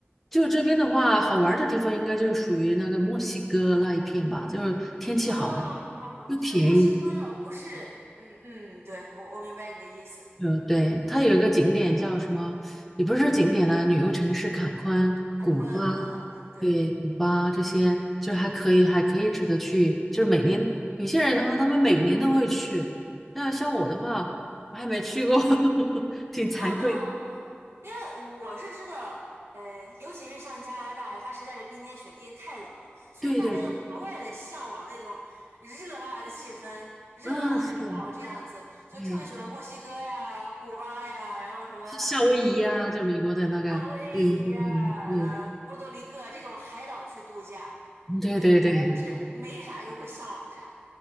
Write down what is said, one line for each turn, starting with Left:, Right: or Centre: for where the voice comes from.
Centre: 就这边的话，好玩儿的地方应该就是属于那个墨西哥那一片吧，就是天气好啊
Right: 哦，
Centre: 又便宜。
Right: 就是墨西哥，不是，嗯嗯嗯，对，我我明白你的意思。
Centre: 呃，对，它有一个景点叫什么，也不是景点啦，旅游城市坎昆、
Right: 坎昆，
Centre: 古巴，
Right: 嗯嗯嗯，对。
Centre: 对，古巴这些就是还可以，还可以值得去。就是每年有些人的话，他们每年都会去，那像我的话，我还没去过，<laughs> 挺惭愧的。
Right: 嗯嗯，因为我是知道，呃，尤其是像加拿大，它实在是冰天雪地太冷了，所以大家就格外的向往那种热辣的气氛，
Centre: 对对对，
Right: 热浪海岛这样子，
Centre: 啊，是的，
Right: 就特别喜欢墨西哥呀、
Centre: 对。
Right: 古巴呀，然后什么
Centre: 是夏威夷呀、
Right: 呃
Centre: 就美国的那个，
Right: 夏威夷呀、
Centre: 对，它可以，对，
Right: 呃波多黎各这种海岛去度假，
Centre: 嗯对对对，
Right: 呃，大家就是没啥就会向往啥，